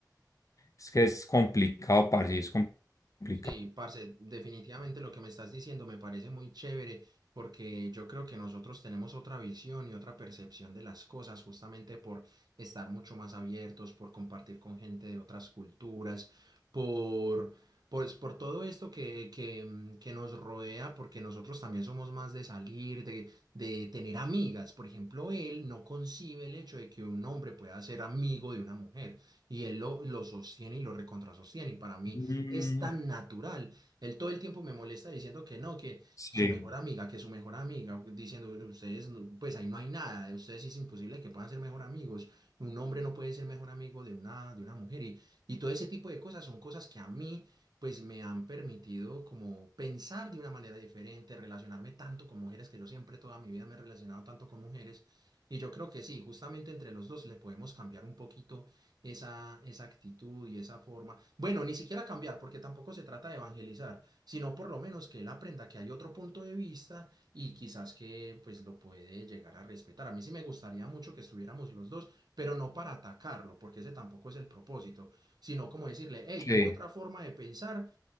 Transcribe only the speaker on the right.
Sí, parce, definitivamente lo que me estás diciendo me parece muy chévere porque yo creo que nosotros tenemos otra visión y otra percepción de las cosas justamente por estar mucho más abiertos, por compartir con gente de otras culturas, por, pues, por todo esto que, que, mm, que nos rodea, porque nosotros también somos más de salir, de, de tener amigas. Por ejemplo, él no concibe el hecho de que un hombre pueda ser amigo de una mujer y él lo, lo sostiene y lo recontrasostiene. Y para mí
es tan natural. Él todo el tiempo me molesta diciendo que no, que
su mejor amiga, que su mejor amiga, diciendo ustedes, no- pues ahí no hay nada, ustedes sí es imposible que puedan ser mejor amigos. Un hombre no puede ser mejor amigo de una, de una mujer y, y todo ese tipo de cosas son cosas que a mí pues me han permitido como pensar de una manera diferente, relacionarme tanto con mujeres, que yo siempre toda mi vida me he relacionado tanto con mujeres. Y yo creo que sí, justamente entre los dos le podemos cambiar un poquito esa, esa actitud y esa forma bueno, ni siquiera cambiar, porque tampoco se trata de evangelizar, sino por lo menos que él aprenda que hay otro punto de vista y quizás que pues lo puede llegar a respetar. A mí sí me gustaría mucho que estuviéramos los dos, pero no para atacarlo, porque ese tampoco es el propósito, sino como decirle, hey,
hay otra forma de pensar,